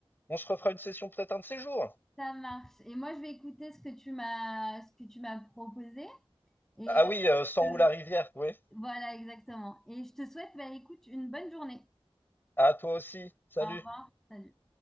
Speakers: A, on the left; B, in the centre.
A: on se refera une session peut-être un de ces jours.
B: Ça marche. Et moi, je vais écouter ce que tu m'as ce que tu m'as proposé. Et
A: Ah oui, euh, sans
B: euh,
A: ou la rivière, oui.
B: voilà, exactement. Et je te souhaite, bah, écoute, une bonne journée.
A: À toi aussi. Salut.
B: Au revoir. Salut.